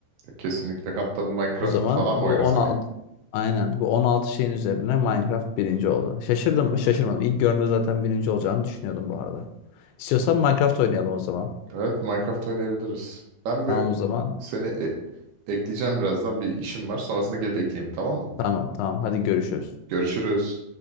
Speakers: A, on the right (about 75°); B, on the left (about 90°).
A: Kesinlikle. Hatta bir Minecraft
B: O zaman
A: falan mı
B: bu
A: oynasak?
B: 16 aynen bu 16 şeyin üzerine Minecraft birinci oldu. Şaşırdın mı? Şaşırmadım. İlk görünümde zaten birinci olacağını düşünüyordum bu arada. İstiyorsan
A: Hmm.
B: Minecraft oynayalım o zaman.
A: Evet Minecraft oynayabiliriz. Ben
B: Tamam
A: bir
B: o zaman.
A: seni e- ekleyeceğim birazdan. Bir işim var. Sonrasında gelip ekleyeyim tamam mı?
B: Tamam tamam hadi görüşürüz.
A: Görüşürüz.